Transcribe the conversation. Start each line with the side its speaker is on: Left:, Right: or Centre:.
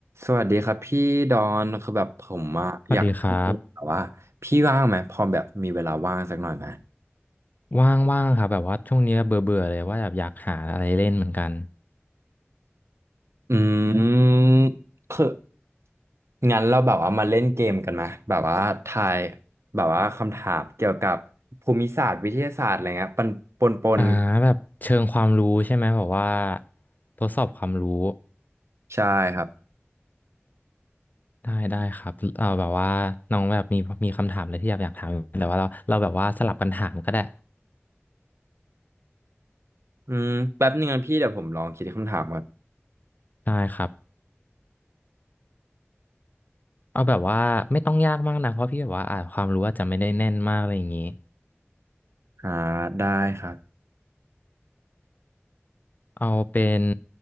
Right: สวัสดีครับพี่ดอนคือแบบผมอะอยากให้พี่แบบว่าพี่ว่างไหมพอแบบมีเวลาว่างสักหน่อยไหม
Left: สวัสดีครับว่างๆครับแบบว่าช่วงเนี้ยเบื่อเบื่อเลยว่าแบบอยากหาอะไรเล่นเหมือนกัน
Right: อืมคืองั้นเราแบบว่ามาเล่นเกมกันไหมแบบว่าทายแบบว่าคำถามเกี่ยวกับภูมิศาสตร์วิทยาศาสตร์อะไรเงี้ยปนปนปน
Left: อ่าแบบเชิงความรู้ใช่ไหมแบบว่าทดสอบความรู้
Right: ใช่ครับ
Left: ได้ได้ครับเออแบบว่าน้องแบบมีมีคำถามอะไรที่อยากอยากถามอยู่แต่ว่าเราเราแบบว่าสลับกันถามก็ได้
Right: อืมแป๊บนึงนะพี่เดี๋ยวผมลองคิดคำถามก่อน
Left: ได้ครับเอาแบบว่าไม่ต้องยากมากนะเพราะพี่แบบว่าอ่าความรู้อาจจะไม่ได้แน่นมากอะไรอย่างนี้
Right: อ่าได้ครับ
Left: เอาเป็น